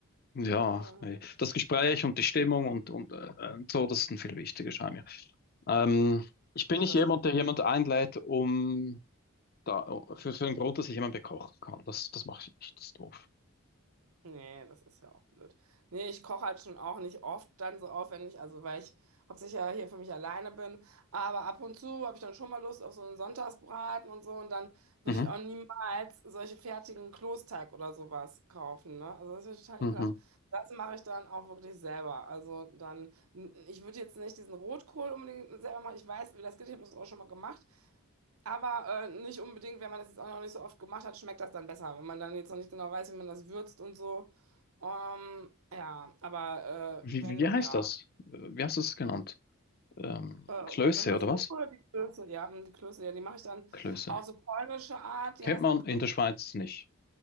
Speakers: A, on the left (about 45°); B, on the right (about 85°).
A: ja,
B: Ja,
A: nee. Das Gespräch und die Stimmung und, und äh, äh, so, das ist dann viel wichtiger, scheint mir. Ähm, ich bin nicht
B: das
A: jemand,
B: stimmt.
A: der jemand einlädt, um da, für, für den Grund, dass ich jemand bekochen kann. Das, das mache ich nicht, das ist doof.
B: Nee, das ist ja auch blöd. Nee, ich koche halt schon auch nicht oft dann so aufwendig, also weil ich hauptsächlich ja hier für mich alleine bin. Aber ab und zu habe ich dann schon mal Lust auf so einen Sonntagsbraten und so. Und dann würde
A: Mhm.
B: ich auch niemals solche fertigen Kloßteig oder sowas kaufen, ne? Also das ist total
A: Mhm.
B: ekelhaft. Das mache ich dann auch wirklich selber. Also dann, ich würde jetzt nicht diesen Rotkohl unbedingt selber machen. Ich weiß, wie das geht, ich habe das auch schon mal gemacht. Aber äh, nicht unbedingt, wenn man das jetzt auch noch nicht so oft gemacht hat, schmeckt das dann besser, wenn man dann jetzt noch nicht genau weiß, wie man das würzt und so. Ähm, ja, aber
A: Wie,
B: äh, wenn,
A: wie wie heißt
B: ja,
A: das? Äh, Wie hast du es genannt? Ähm,
B: äh,
A: Klöße
B: was meinst
A: oder
B: du,
A: was?
B: Rotkohl oder die Klöße? Ja, hm, die Klöße, ja, die mache ich dann
A: Klöße.
B: auf so polnische Art, die
A: Kennt
B: heißen
A: man
B: dann Klöße.
A: in der Schweiz nicht.